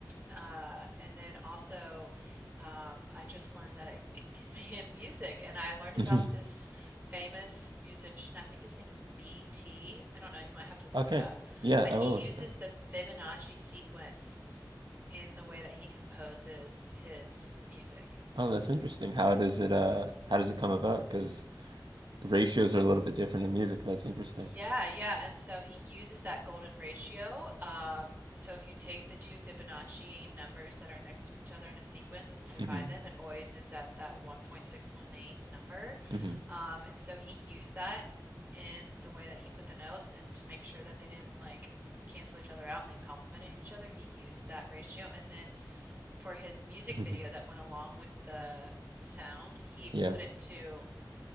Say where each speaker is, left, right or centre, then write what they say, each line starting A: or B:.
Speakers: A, on the right; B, on the right.
A: uh, and then also, um, I just learned that it, it can be in music. And I learned
B: <laughs>
A: about this famous musician. I think his name is B T. I don't know. You might have to look
B: Okay.
A: it up.
B: Yeah,
A: But
B: I
A: he
B: will
A: uses
B: look it up.
A: the Fibonacci sequence in the way that he composes his music.
B: Oh, that's interesting. How does it uh how does it come about? Because ratios are a little bit different in music. That's interesting.
A: Yeah, yeah. And so he uses that golden ratio. Um, so if you take the two Fibonacci numbers that are next to each other in a sequence and divide
B: hmm
A: them, it always is at that 1.618 number.
B: hmm
A: Um, and so he used that in the way that he put the notes and to make sure that they didn't like cancel each other out and they complemented each other, he used that ratio. And then for his music
B: hmm
A: video that went along with the sound, he
B: <laughs> Yeah.
A: put it to